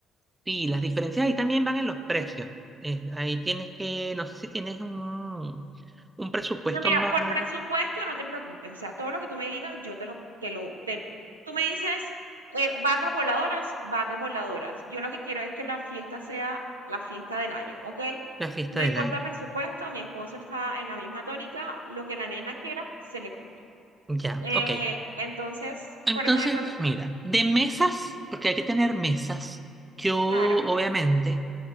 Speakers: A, on the right (about 20°); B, on the right (about 85°).
A: sí, las diferencias ahí también van en los precios. Eh, ahí tienes que, no sé si tienes un, un presupuesto
B: No, mira,
A: más
B: por
A: o menos
B: presupuesto no te preocupes. O sea, todo lo que tú me digas, yo te lo, te lo, te- tú me dices, eh, vacas voladoras, vacas voladoras. Yo lo que quiero es que la fiesta sea la fiesta del año, ¿ok?
A: la fiesta
B: No
A: del
B: importa
A: año.
B: presupuesto, mi esposo está en la misma tónica, lo que la nena quiera, se le compra.
A: Ya,
B: Eh,
A: ok.
B: entonces,
A: Entonces,
B: por eso no hay problema.
A: mira, de mesas, porque hay que tener mesas, yo obviamente,
B: Claro.